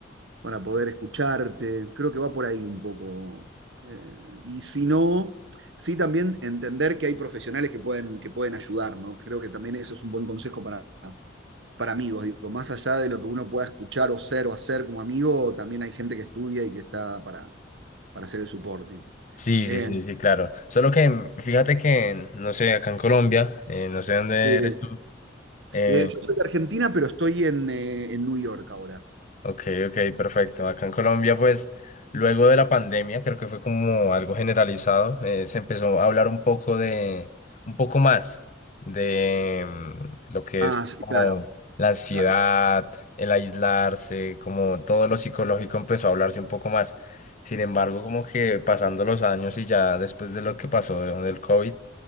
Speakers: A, on the right (about 70°); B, on the left (about 40°).
A: para poder escucharte. Creo que va por ahí un poco. Eh, y si no, sí también entender que hay profesionales que pueden, que pueden ayudar, ¿no? Creo que también eso es un buen consejo para, para amigos. Digo, más allá de lo que uno pueda escuchar o ser o hacer como amigo, también hay gente que estudia y que está para, para hacer el supporting.
B: Sí,
A: Eh,
B: sí, sí, sí, claro. Solo que mm, fíjate que, no sé, acá en Colombia, eh, no sé dónde
A: eh,
B: eres tú, eh,
A: eh, yo soy de Argentina, pero estoy en, eh, en New York ahora.
B: Ok, ok, perfecto. Acá en Colombia, pues, luego de la pandemia, creo que fue como algo generalizado, eh, se empezó a hablar un poco de, un poco más de mm, lo que
A: Ah,
B: es
A: sí,
B: como
A: claro,
B: la ansiedad,
A: claro.
B: el aislarse, como todo lo psicológico empezó a hablarse un poco más. Sin embargo, como que pasando los años y ya después de lo que pasó de- del COVID,